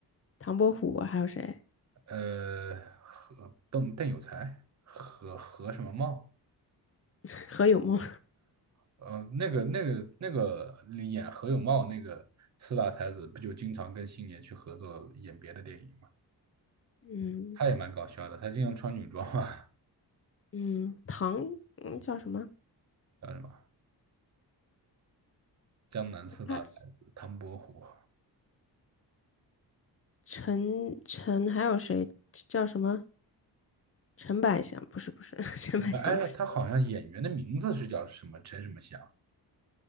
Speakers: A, on the left; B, on the right.
A: 唐伯虎啊还有谁？
B: 呃，何邓邓有才，何何什么茂？
A: <laughs> 何有梦？
B: 呃，那个那个那个演何有茂那个四大才子，不就经常跟星爷去合作演别的电影吗？
A: 嗯
B: 他也蛮搞笑的，他经常穿女装啊，
A: 嗯，唐嗯叫什么？
B: <laughs> 叫什么江南四大才子唐伯虎
A: 我看陈陈还有谁叫什么？陈百祥不是不是 <laughs> 陈百祥不是
B: 什么？哎，他好像演员的名字是叫什么陈什么祥？